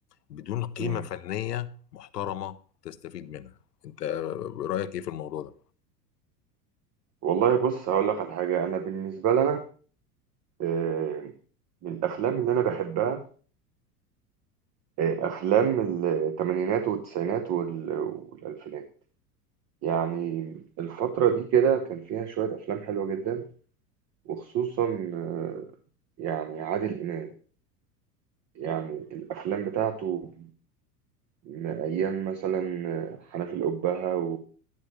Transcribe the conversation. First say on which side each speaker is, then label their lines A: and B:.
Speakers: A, on the left; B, on the right.
A: بدون قيمه
B: مم.
A: فنيه محترمه تستفيد منها انت رايك ايه في الموضوع ده
B: والله بص هقول لك على حاجه انا بالنسبه لنا آه، من الافلام اللي انا بحبها آه، افلام الثمانينات والتسعينات وال- والالفينات يعني الفتره دي كده كان فيها شويه افلام حلوه جدا وخصوصا آه، يعني عادل امام يعني الافلام بتاعته من ايام مثلا آه، حنفي الأبهة